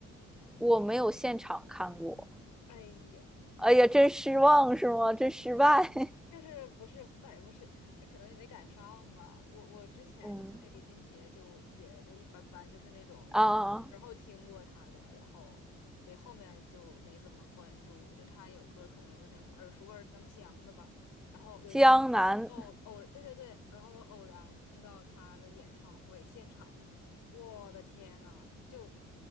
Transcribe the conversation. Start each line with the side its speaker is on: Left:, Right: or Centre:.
Centre: 我没有现场看过，
Left: 哎呀，
Centre: 哎呀，真失望是吗？真失败。
Left: 就是不是，倒也不是，就可能没赶上吧。我我之前就是对李俊杰就也就一般般，
Centre: 嗯
Left: 就是那种就是然后听过他的，
Centre: 啊，
Left: 然后对后面就没怎么关注了。就他有歌可能就那种耳熟耳能详的吧。然后有一次我偶偶对对对，
Centre: 江南
Left: 然后我偶然听到他的演唱会现场的，我的天呐，就